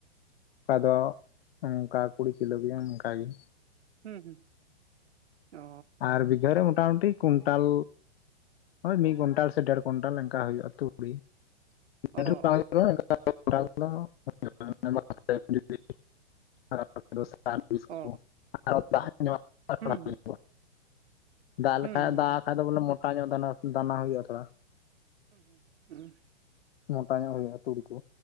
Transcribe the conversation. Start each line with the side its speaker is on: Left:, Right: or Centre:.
Left: ᱠᱟᱫᱚ ᱚᱱᱠᱟ ᱠᱩᱲᱤ ᱠᱤᱞᱳ ᱜᱮ ᱚᱱᱠᱟᱜᱮ᱾
Right: ᱦᱩᱸ ᱦᱩᱸ ᱚ᱾
Left: ᱟᱨ ᱵᱤᱜᱷᱟᱹ ᱨᱮ ᱢᱚᱴᱟᱢᱩᱴᱤ ᱠᱩᱭᱱᱴᱟᱞ ᱳᱭ ᱢᱤᱫ ᱠᱩᱭᱱᱴᱟᱞ ᱥᱮ ᱰᱮᱲ ᱠᱩᱭᱱᱴᱟᱞ ᱮᱱᱠᱟ ᱦᱩᱭᱩᱜᱼᱟ ᱛᱩ <unintelligible>
Right: ᱚ
Left: <unintelligible> <unintelligible>
Right: ᱚ ᱦᱩᱸ
Left: ᱫᱟᱜ ᱞᱮᱠᱷᱟᱡ
Right: ᱦᱩᱸ ᱦᱩᱸ
Left: ᱫᱟᱜ-ᱟᱜ ᱠᱷᱟᱡ ᱫᱚ ᱵᱚᱞᱮ ᱢᱚᱴᱟ ᱧᱚᱜ ᱫᱟᱱᱟ ᱫᱟᱱᱟ ᱦᱩᱭᱩᱜᱼᱟ ᱛᱷᱚᱲᱟ᱾
Right: ᱦᱩᱸ ᱦᱩᱸ ᱦᱩᱸ᱾
Left: ᱢᱚᱴᱟ ᱧᱚᱜ ᱦᱩᱭᱩᱜᱼᱟ ᱛᱩᱲᱤ ᱠᱚ